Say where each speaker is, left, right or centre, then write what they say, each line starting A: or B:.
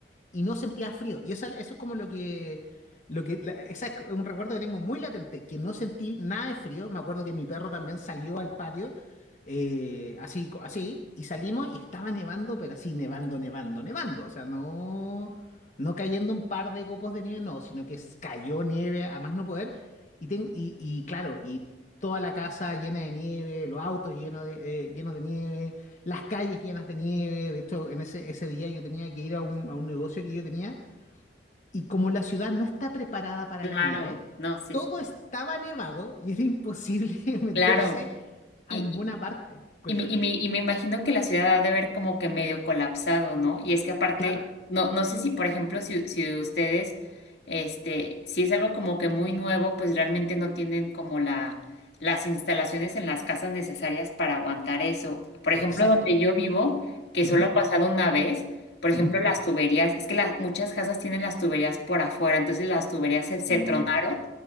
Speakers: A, on the left; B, on the left.
A: y no sentía frío. Y eso, eso es como lo que, lo que, la- esa es un recuerdo que tengo muy latente, que no sentí nada de frío. Me acuerdo que mi perro también salió al patio, eh, así, co- así, y salimos y estaba nevando, pero así, nevando, nevando, nevando. O sea, no, no cayendo un par de copos de nieve, no, sino que s- cayó nieve a más no poder. Y, tengo, y, y claro, y toda la casa llena de nieve, los autos llenos de, eh, llenos de nieve las calles llenas de nieve. De hecho, en ese, ese día yo tenía que ir a un, a un negocio que yo tenía y como la ciudad no está preparada para
B: Claro,
A: la nieve,
B: no, sí,
A: todo
B: sí.
A: estaba nevado y era imposible <laughs> meterse
B: Claro.
A: a
B: Y,
A: ninguna parte. Cuéntame.
B: y me, y me- y me imagino que la ciudad ha de ver como que medio colapsado, ¿no? Y es que aparte,
A: Claro,
B: no, no sé si, por ejemplo, si, si ustedes, este, si es algo como que muy nuevo, pues realmente no tienen como la, las instalaciones en las casas necesarias para aguantar eso. Por
A: exacto.
B: ejemplo, donde yo vivo, que
A: Ujú,
B: solo ha pasado una vez, por ejemplo,
A: ujú.
B: las tuberías, es que las, muchas casas tienen las tuberías por afuera, entonces las tuberías se, se
A: Mm.
B: tronaron